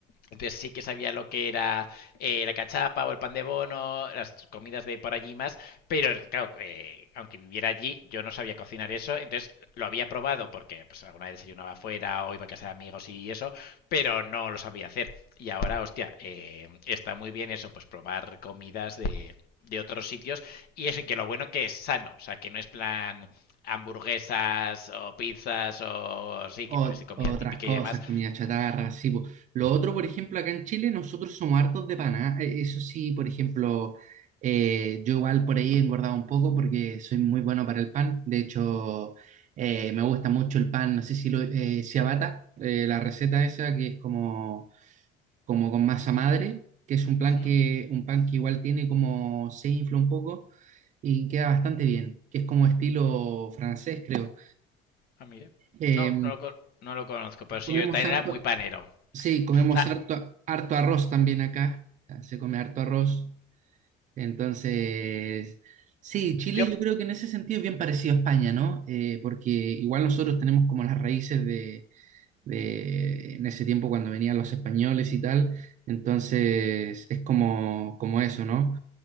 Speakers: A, on the left; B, on the right.
A: Entonces sí que sabía lo que era eh, la cachapa o el pan de bono, las comidas de por allí más, pero claro, eh, aunque viviera allí, yo no sabía cocinar eso, entonces lo había probado porque pues, alguna vez desayunaba afuera o iba a casa de amigos y eso, pero no lo sabía hacer. Y ahora, hostia, eh, está muy bien eso, pues probar comidas de, de otros sitios y eso, y que lo bueno que es sano, o sea, que no es plan hamburguesas o pizzas o sí,
B: o-
A: que puede ser comida
B: otras
A: típica
B: cosas,
A: y demás.
B: comida chatarra, sí. po. Lo otro, por ejemplo, acá en Chile, nosotros somos hartos de paná. Eh, Eso sí, por ejemplo, eh, yo igual por ahí he engordado un poco porque soy muy bueno para el pan. De hecho, eh, me gusta mucho el pan, no sé si lo, eh, ciabatta, eh, la receta esa que es como como con masa madre, que es un plan
A: Mm,
B: que, un pan que igual tiene como se infla un poco y queda bastante bien, que es como estilo francés, creo.
A: Ah, mira.
B: Eh,
A: No, no lo, co- no lo conozco, pero sí,
B: comemos
A: yo también
B: harto,
A: era muy panero.
B: sí, comemos
A: O sea,
B: harto, harto arroz también acá, Ah, se come harto arroz, entonces... Sí, Chile
A: yo
B: yo creo que en ese sentido es bien parecido a España, ¿no? Eh, porque igual nosotros tenemos como las raíces de de, en ese tiempo cuando venían los españoles y tal. Entonces es como, como eso, ¿no?